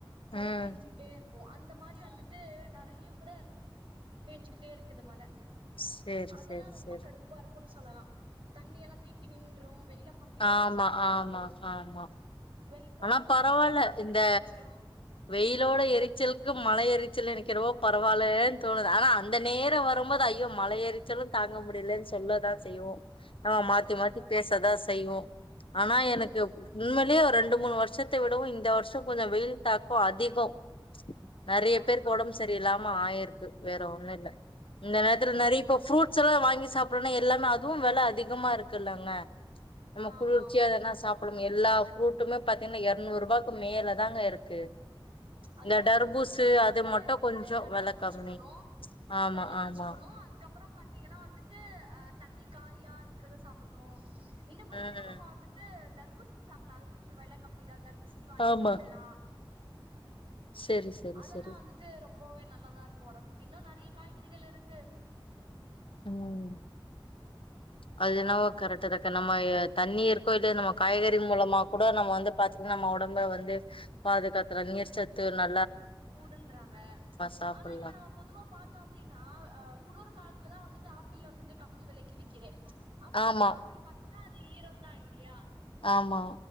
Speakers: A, on the right (about 75°); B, on the left (about 75°).
A: மழ
B: ம்
A: பேஞ்சுகிட்டே இருக் கு அந்த மாரி வந்துட்டு நறைய கூட பேஞ்சுக்கிட்டே இருக்குது மழ
B: செரி
A: அதெல்லா
B: செரி
A: ரொம்ப
B: செரி
A: கடுப்பா இருக்குன் சொல் சொல்லலா தண்ணியெல்லா தேங்கி நின்று வெளிலப் அப்டி எரிச்சலா
B: ஆமா ஆமா
A: இருக்கு
B: ஆமா
A: வெள் போனா
B: ஆனா
A: நம்ம
B: பரவால்ல
A: மேலெல்லா தண்ணி
B: இந்த
A: தெளிச்சிரு
B: வெயிலோட எரிச்சல்க்கு மழ எரிச்சல் எனக்கென்னவோ பரவால்லன் தோணுது ஆனா அந்த நேர வரும்போது ஐயோ மழை எரிச்சலு தாங்க முடியலன் சொல்லதா செய்வோ ஆ மாத்தி
A: ஆமா
B: மாத்தி
A: கண்டிப்பா
B: பேசதா செய்வோ ஆனா
A: ம்
B: எனக்கு உண்மைலே ஒரு ரெண் ரெண்டு மூணு வருஷத்தை விடவும் இந்த வருஷம் கொஞ்சம் வெயில் தாக்கம் அதிகம் நெறய
A: ஆஹா
B: பேருக்கு உடம்பு சரிய இல்லாம ஆயிருக்கு வேற ஒன்னும் இல்ல இந்த நேரத்துக்கு
A: ம்
B: நெறய இப்ப ப்புருட்ஸ் எல்லாம் வாங்கி சாப்பினும் எல்லாமே அதுவு வெல அதிகமா இருக் கில்லங்க நம்ம
A: ஆமா
B: குளிர்சியா
A: ஆமா
B: எதனா
A: கண்டிப்பா
B: சாப்புலு எல்லா ஃப்ரூட் டுமா பாத்தீங்னா ஏறநூறு ரூபாக்கு மேல தாங்க இருக்கு
A: அதா
B: இந்த
A: நம்ம
B: டர்பூசு
A: முடிஞ் அளவுக்கு நெறைய
B: அது மட்டு
A: வந்துட்டு
B: கொஞ்சோ
A: தண்ணி
B: வெல
A: குடிச்சுக்கனு
B: கம்மி ஆமா
A: தண்ணி குடிச்சுக்கனு
B: ஆமா
A: அதுக்கப் அப்றோ பாத்தீங்கனா வந்துட்டு அ தண்ணி காயா இருக்கறத சாப்புனு இங்க பாத்தீங்கனா
B: ம்
A: நம்ம வந்துட்டு தர்பூசணி சாப்பலா அது கொஞ்சோ வெல கம்மி தா தர்பூசணி வாங்கி
B: ஆமா
A: சாப்பில்லா
B: செரி செரி
A: அதெல்லா
B: செரி
A: வந்துட்டு ரொம்பவே நல்லதா இருக் கொடபுக்கு இன்னு நெறைய காய்கறிகள் இருக்கு
B: ம் அது என்னாவோ கரெக்ட் இருக்கு நம்ம எ தண்ணி இருக்கோ இல்லயோ நம்ம காய்கறி மூலமா கூட நம்ம வந்து பாத்தீங்னா நம்ம ஒடம்ப வந்து பாதுகாத்தல நீர் சத்து ந
A: வுடுன்றாங்க
B: சாப்பிடலா
A: ஆனா இப்ப நம்ம பொதுவா பாத்தோ அப்டினா அ குளுரு காலத்துலதா வந்து து ஆப்பிள் வந்துட்டு கம்மி வெலைக்கு விக்கிதே அப்போ
B: ஆமா
A: அந்த ஆப்பிள் பாத்தீங்கனா சுத்தி ஈரோ தா இல்லியா
B: ஆமா